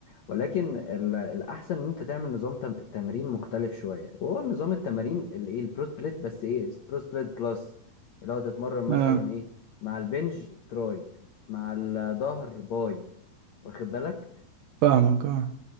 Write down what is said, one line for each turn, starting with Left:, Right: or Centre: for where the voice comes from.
Left: ولكن ال- الاحسن ان انت تعمل نظام تم- تمرين مختلف شويه وهو نظام التمارين الايه البرو سبليت بس ايه برو سبليت بلس اللي هو تتمرن مثلا
Right: اه
Left: ايه مع البنج تراي مع الظهر باي واخد بالك
Right: فاهمك اه